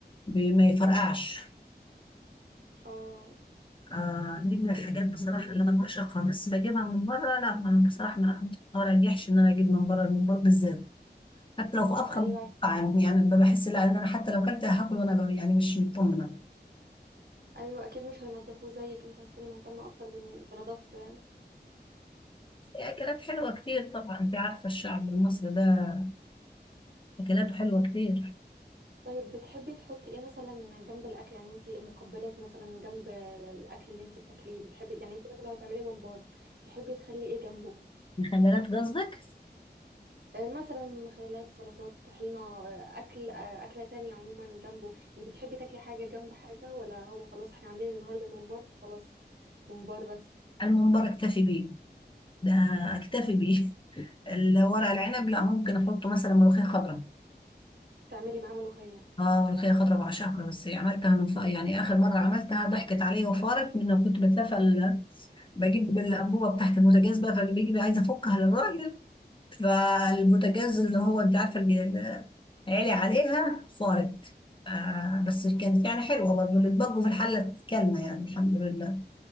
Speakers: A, on the left; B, on the right.
A: ب... ما يفرقعش
B: اه
A: آه دي من الحاجات بصراحه اللي انا بعشقها بس بجيبها من بره لا ما- بصراحه ما ما ارجحش ان انا اجيب من بره الممبار بالذات حتى لو في افخم
B: ايوه
A: مطعم يعني ب- بحس لا ان انا حتى لو كلت هاكل وانا ب- يعني مش مطمنه
B: ايوه اكيد مش هينضفوه زيك انت هتكوني مهتمه اكتر بن- بنظافته يعني
A: في اكلات حلوه كتير طبعا انت عارفه الشعب المصري ده اكلاته حلوه كتير
B: طيب بتحبي تحطي ايه مثلا جنب الاكل يعني انت المقبلات مثلا جنب الاكل اللي انت بتاكليه بتحبي يعني انت مثلا لو هتعملي ممبار تحبي تخلي ايه جنبه
A: مخللات قصدك
B: آه، مثلا مخللات سلطات طحينة آه، أكل آه، أكلة تانية عموما جنبه يعني بتحبي تاكلي حاجة جنب حاجة ولا هو خلاص احنا عاملين النهاردة ممبار فخلاص ممبار بس
A: الممبار اكتفي بيه ده اكتفي بيه <laughs> الورق العنب لا ممكن احطه مثلا ملوخيه خضراء
B: تعملي معاه ملوخية
A: اه ملوخيه خضراء بعشقها بس عملتها من ف... يعني اخر مره عملتها ضحكت عليا وفارت من إنه كنت بتلفى ال... بجيب الانبوبه بتاعت البوتاجاز بقى فبيجي بقى عايزه افكها للراجل فالبوتاجاز اللي هو انت عارفه اللي اللي عالي عليها فارت آه بس كانت يعني حلوه برضه اللي اتبقوا في الحله كلمه يعني الحمد لله